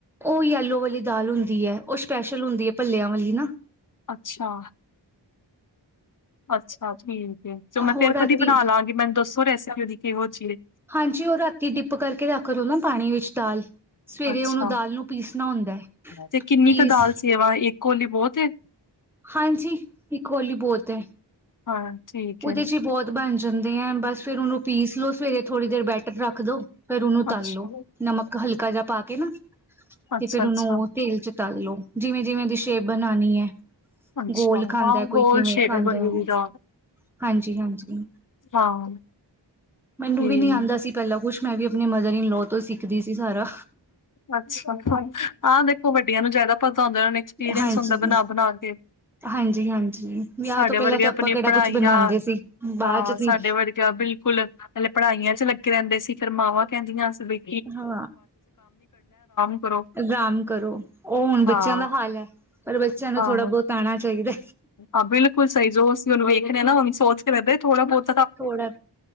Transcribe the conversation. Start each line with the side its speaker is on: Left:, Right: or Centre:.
Centre: ਉਹ ਯੈਲੋ ਵਾਲੀ ਦਾਲ ਹੁੰਦੀ ਹੈ, ਉਹ ਸਪੈਸ਼ਲ ਹੁੰਦੀ ਹੈ ਭੱਲਿਆਂ ਵਾਲੀ ਨਾ।
Left: ਅੱਛਾ। ਅੱਛਾ ਠੀਕ ਹੈ, ਮੈਂ
Centre: ਉਹ
Left: ਫੇਰ
Centre: ਰਾਤੀ
Left: ਕਦੀ ਬਣਾ ਲਵਾਂਗੀ ਮੈਨੂੰ ਦੱਸੋ ਰੈਸਪੀ ਉਹਦੀ ਕਿਹੋ ਜਿਹੀ।
Centre: ਹਾਂਜੀ ਉਹ ਰਾਤੀ ਡਿਪ ਕਰਕੇ ਰੱਖ ਲਓ ਨਾ ਪਾਣੀ ਵਿੱਚ ਦਾਲ। ਸਵੇਰੇ
Left: ਅੱਛਾ
Centre: ਉਹਨੂੰ ਦਾਲ ਨੂੰ ਪੀਸਣਾ ਹੁੰਦਾ ਐ
Left: ਤੇ ਕਿੰਨੀ
Centre: ਪੀਸ
Left: ਕੁ ਦਾਲ ਸੇਵਾ, ਇੱਕ ਕੋਲੀ ਬਹੁਤ ਹੈ।
Centre: ਹਾਂਜੀ ਇੱਕ ਹੋਲੀ ਬੋਹੱਤ ਹੈ।
Left: ਹਾਂ ਠੀਕ।
Centre: ਉਹਦੇ
Left: ਹੈ
Centre: 'ਚ ਹੀ ਬਹੁਤ ਬਣ ਜਾਂਦੇ ਆ, ਬਸ ਫਿਰ ਉਹਨੂੰ ਪੀਸ ਲਓ ਸਵੇਰੇ। ਥੋੜ੍ਹੀ ਦੇਰ ਬੈਟਰ ਰੱਖ ਦੋ, ਫਿਰ ਉਹਨੂੰ
Left: ਅੱਛਾ
Centre: ਤਲ ਲਓ, ਨਮਕ ਹਲਕਾ ਜਿਹਾ ਪਾ ਕੇ ਨਾ।
Left: ਅੱਛਾ
Centre: ਤੇ ਫੇਰ ਉਹਨੂੰ
Left: ਅੱਛਾ
Centre: ਉਹ ਤੇਲ 'ਚ ਤਲ ਲੋੋ, ਜਿਵੇਂ- ਜਿਵੇਂ ਉਹਦੀ ਸ਼ੇਪ ਬਣਾਉਣੀ ਹੈ।
Left: ਅੱਛਾ
Centre: ਗੋਲ ਖਾਂਦਾ,
Left: ਹਾਂ ਗੋਲ
Centre: ਕੋਈ ਕਿਵੇਂ
Left: ਸ਼ੇਪ
Centre: ਖਾਂਦਾ
Left: ਬਣੀ
Centre: ਹੈ।
Left: ਹੋਈ ਦਾਲ
Centre: ਹਾਂਜੀ- ਹਾਂਜੀ,
Left: ਹਾਂ
Centre: ਮੈਨੂੰ
Left: ਤੇ
Centre: ਵੀ ਨੀ ਆਉਂਦਾ ਸੀ। ਪਹਿਲਾਾਂ ਕੁਛ ਮੈਂ ਵੀ ਆਪਣੇ ਮਦਰ ਇਨ ਲੋ। ਤੋਂ ਸਿੱਖਦੀ ਸੀ ਸਾਰਾ
Left: ਅੱਛਾ, ਆਹ ਦੇਖੋ ਵੱਡੀਆਂ ਨੂੰ ਜਿਆਦਾ ਪਤਾ ਹੁੰਦਾ ਉਹ ਨੇ। ਐਕਸਪੀਰੀਅੰਸ
Centre: ਹਾਂਜੀ
Left: ਹੁੰਦਾ ਬਣਾ- ਬਣਾ ਕੇ।
Centre: ਹਾਂਜੀ -ਹਾਂਜੀ, ਵਿਆਹ
Left: ਸਾਡੇ
Centre: ਤੋਂ ਪਹਿਲਾਂ
Left: ਵਰਗੇ
Centre: ਤਾਂ
Left: ਆਪਣੀ
Centre: ਆਪਾਂ ਕਿਹੜਾ
Left: ਪੜ੍ਹਾਈਆਂ
Centre: ਕੁਛ ਬਣਾਉਂਦੇ ਸੀ, ਬਾਅਦ
Left: ਹਾਂ
Centre: 'ਚ
Left: ਸਾਡੇ
Centre: ਸੀ।
Left: ਵਰਗਾ ਬਿਲਕੁਲ, ਹਲੇ ਪੜ੍ਹਾਈਆਂ 'ਚ ਲੱਗੇ ਰਹਿੰਦੇ ਸੀ, ਫੇਰ ਮਾਵਾਂ ਕਹਿੰਦੀਆਂ ਬ।
Centre: ਹਾਂ,
Left: ਕਰੋ
Centre: ਆਰਾਮ ਕਰੋ, ਉਹ ਹੁਣ ਬੱਚਿਆਂ
Left: ਹਾਂ
Centre: ਦਾ ਹਾਲ ਹੈ। ਪਰ ਬੱਚਿਆਂ ਨੂੰ ਥੋੜ੍ਹਾ
Left: ਆਹੋ
Centre: ਬਹੁਤ ਆਉਣਾ ਚਾਹੀਦਾ।
Left: ਹਾਂ ਬਿਲਕੁਲ ਸਹੀ, ਜੋ ਅਸੀ ਉਹਨੂੰ ਵੇਖਦੇ ਨਾ ਉਹ ਸੋਚ ਰਹਿੰਦਾ ਥੋੜਾ ਬਹੁਤ।
Centre: ਥੋੜਾ,